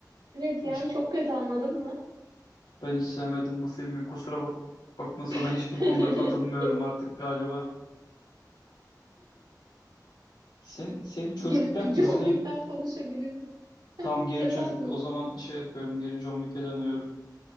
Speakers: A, on the right (about 85°); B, on the left (about 80°).
A: Evet yani
B: Aşk
A: çok kötü anladın mı?
B: ben hiç sevmedim bu filmi. Kusura bak bakma sana hiçbir
A: <laughs>
B: konuda katılmıyorum artık galiba. Sen seni çocukken
A: Geri
B: izleyip
A: John Wick'ten konuşabiliriz. <laughs>
B: tam geri
A: Efendim.
B: çocuk o zaman şey yapıyorum geri John Wick'e dönüyorum.